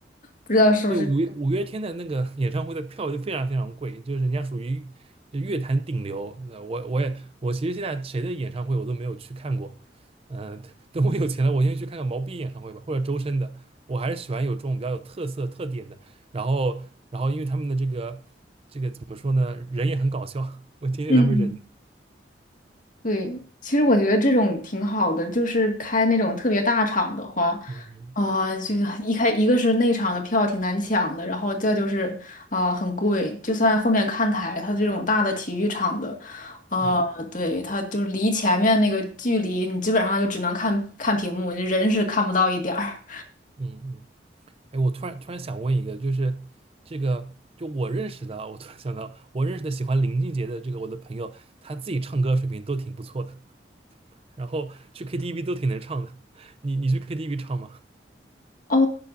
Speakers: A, on the left (about 50°); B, on the right (about 35°).
A: 不知道是不是。
B: 对，五月五月天的那个 <laughs> 演唱会的票就非常非常贵，就是人家属于就乐坛顶流。呃我我也我其实现在谁的演唱会我都没有去看过，嗯、等我有钱了，我先去看看毛不易演唱会吧，或者周深的。我还是喜欢有这种比较有特色特点的。然后，然后因为他们的这个怎么说呢，人也很搞笑，<laughs> 我挺喜欢他们人的
A: 嗯，对，其实我觉得这种挺好的，就是开那种特别大场的话，
B: 嗯嗯
A: 啊，就是一开一个是内场的票挺难抢的，然后再就是啊很贵，就算后面看台，它这种大的体育场的，啊，
B: 嗯
A: 对，它就是离前面那个距离，你基本上就只能看看屏幕，人是看不到一点儿。
B: 嗯嗯嗯。嗯哎，我突然突然想问一个，就是这个，就我认识的啊我突然想到，我认识的喜欢林俊杰的这个我的朋友，他自己唱歌水平都挺不错的，<laughs> 然后去 KTV 都挺能唱的。你你去 KTV 唱吗？
A: 哦，